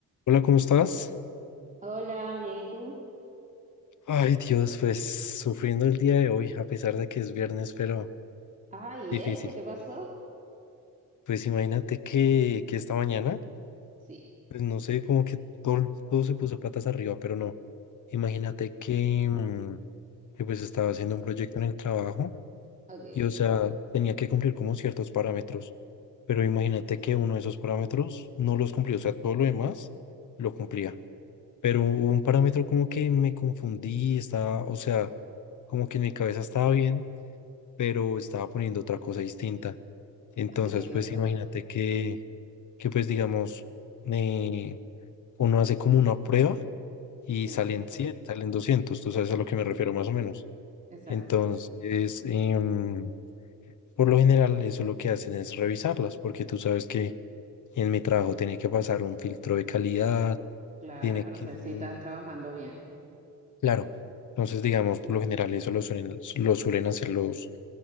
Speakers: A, on the left; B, on the right.
A: Hola, ¿cómo estás?
B: Hola, bien, ¿y tú?
A: Ay, Dios, pues sufriendo el día de hoy, a pesar de que es viernes, pero
B: Ay,
A: difícil.
B: ¿y ¿eso qué pasó?
A: Pues imagínate que, que esta mañana,
B: Sí,
A: pues no sé, como que todo, todo se puso patas arriba, pero no. Imagínate que, mm, que pues estaba haciendo un proyecto en el trabajo
B: ok.
A: y, o sea, tenía que cumplir como ciertos parámetros, pero imagínate que uno de esos parámetros no los cumplí. o sea, todo lo demás lo cumplía, pero hubo un parámetro como que me confundí, estaba, o sea, como que en mi cabeza estaba bien pero estaba poniendo otra cosa distinta. Entonces,
B: Ay, qué loco.
A: pues imagínate que, que pues digamos, eh, uno hace como una prueba y
B: Sí,
A: salen 100, salen 200, tú sabes a lo que me refiero más o menos.
B: exacto.
A: Entonces, em, por lo general, eso lo que hacen es revisarlas, porque tú sabes que en mi trabajo tiene que pasar un filtro de calidad,
B: Claro,
A: tiene
B: para
A: que,
B: saber si estás trabajando bien.
A: claro. Entonces, digamos, por lo general eso lo suelen, lo suelen hacer los